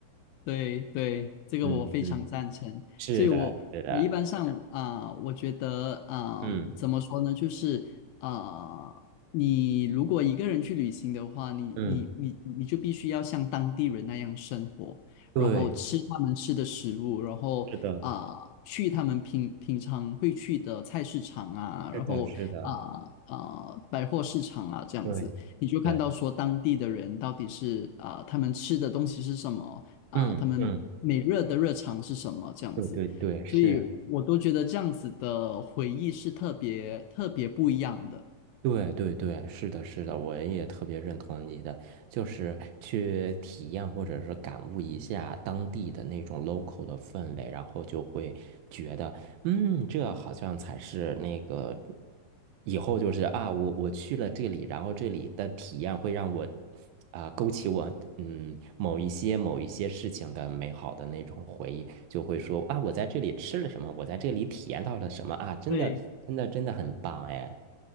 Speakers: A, on the left (about 80°); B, on the right (about 75°).
A: 对对，这个我非常赞成。
B: 嗯嗯，是的，
A: 所以我，
B: 是的，
A: 我一般上啊、我觉得啊、
B: 嗯
A: 怎么说呢？就是啊、你如果一个人去旅行的话，你你你你就必须要像当地人那样生活，
B: 嗯，对，
A: 然后吃他们吃的食物，然后啊、
B: 是的，
A: 去他们平平常会去的菜市场啊，
B: 是的，
A: 然后啊啊、
B: 是的，
A: 百货市场啊这样子，
B: 对对，
A: 你就看到说当地的人到底是啊、他们吃的东西是什么。啊，
B: 嗯嗯，
A: 他们每日的日常是什么这样子，
B: 对对对，是。
A: 所以我都觉得这样子的回忆是特别特别不一样的。
B: 对对对，是的，是的，我也特别认同你的，就是去体验或者是感悟一下当地的那种 local 的氛围，然后就会觉得，嗯，这好像才是那个以后就是啊，我我去了这里，然后这里的体验会让我啊、勾起我嗯某一些某一些事情的美好的那种回忆，就会说啊，我在这里吃了什么，我在这里体验到了什么啊，真的真的真的很棒哎。
A: 对，